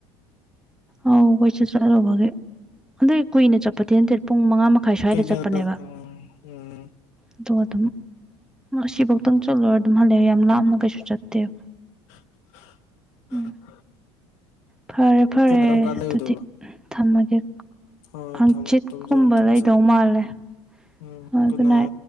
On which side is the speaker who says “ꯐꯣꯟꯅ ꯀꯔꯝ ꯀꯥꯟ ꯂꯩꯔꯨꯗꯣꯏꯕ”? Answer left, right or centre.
Left